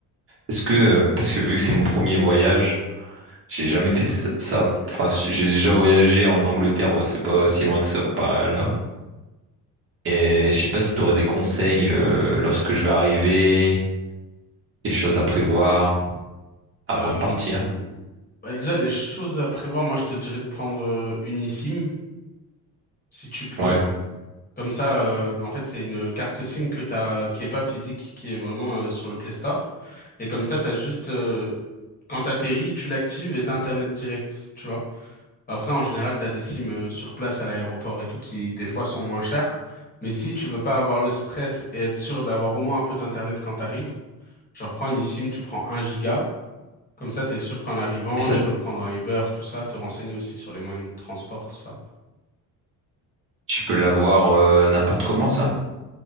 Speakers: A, on the right (about 35°); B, on the left (about 25°).
A: est-ce que, euh, parce que vu que c'est mon premier voyage, j'ai jamais fait ça. ça- Enfin, si, j'ai déjà voyagé en Angleterre, bon, c'est pas si loin que ça comparé à là. Et je sais pas si tu aurais des conseils euh, lorsque je vais arriver, des choses à prévoir avant
B: euh,
A: de partir.
B: bah, déjà les choses à prévoir, moi je te dirais de prendre euh, une eSIM si tu peux.
A: Ouais.
B: Comme ça, euh, en fait c'est une carte SIM que t'as, qui est pas physique, qui est vraiment euh, sur le Play Store. Et comme ça t'as juste, euh, quand t'atterris, tu l'actives et t'as Internet direct, tu vois. Après, en général, t'as des sims euh, sur place à l'aéroport et tout qui, des fois, sont moins chers. Mais si tu veux pas avoir le stress et être sûr d'avoir au moins un peu d'internet quand t'arrives, genre prends une eSIM, tu prends un giga. Comme ça, t'es sûr qu'en arrivant,
A: Et ça,
B: tu peux prendre un Uber, tout ça, te renseigner aussi sur les moyens de transport, tout ça.
A: tu peux l'avoir euh, n'importe comment, ça?